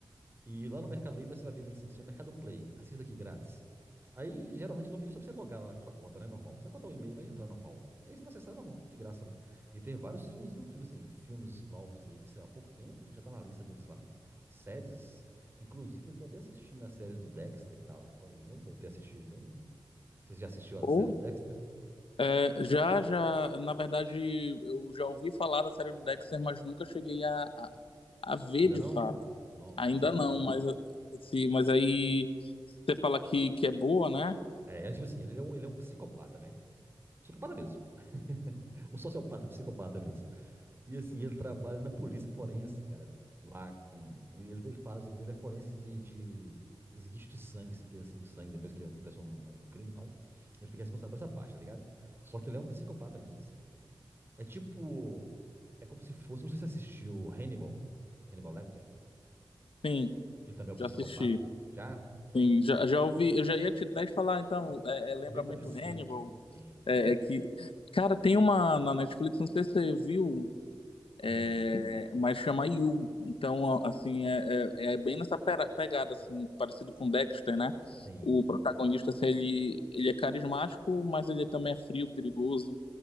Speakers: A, on the right; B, on the left.
A: E lá no Mercado Livre, você vai ver lá em cima, assim, o Mercado Play. Assista aqui grátis. Aí, geralmente, eu tô pedindo só pra você logar lá com sua conta, né? Normal. Você vai botar o e-mail lá e entrar normal. E aí você vai acessar normal, de graça lá. E tem vários filmes, viu? Filmes assim, filmes novos aí que saiu há pouco tempo, já tá na lista deles lá. Séries. Inclusive, eu tô até assistindo a série do Dexter, que tá lá agora de novo. Voltei a assistir de novo, né? Você já assistiu a
B: Uhum.
A: série do Dexter?
B: É, já, já, na verdade, eu já ouvi falar da série do Dexter, mas nunca cheguei a, a, a ver
A: Assistiu ainda
B: de
A: não?
B: fato.
A: Não,
B: Ainda
A: assiste,
B: não,
A: é bom.
B: mas se, mas aí você fala que, que é boa, né?
A: É, é tipo assim, ele é um, ele é um psicopata, né? Psicopata mesmo. <laughs> Um sociopata, psicopata mesmo. E assim, ele trabalha na polícia forense, cara. Lá com. Ele, ele faz o dele é forense de, de esguicho de sangue, espirra assim, de sangue, depois que acontece um, um crime e tal. Ele fica responsável por essa parte, tá ligado? Só que ele é um psicopata mesmo, assim. É tipo. É como se fosse. Não sei se você assistiu Hannibal. Hannibal Lecter.
B: Sim,
A: Ele também é um psicopata.
B: já assisti.
A: Já?
B: Sim,
A: Pois
B: já, já ouvi, eu já ia te até te falar, então, é, é, lembra
A: É bem
B: muito
A: parecido.
B: Hannibal.
A: Isso.
B: É, é que, cara, tem uma na Netflix, não sei se você viu, é,
A: Hum,
B: mas chama You. Então, a- assim, é, é, é bem nessa pera- pegada, assim, parecido com Dexter, né?
A: sim.
B: O protagonista, assim, ele, ele é carismático, mas ele também é frio, perigoso.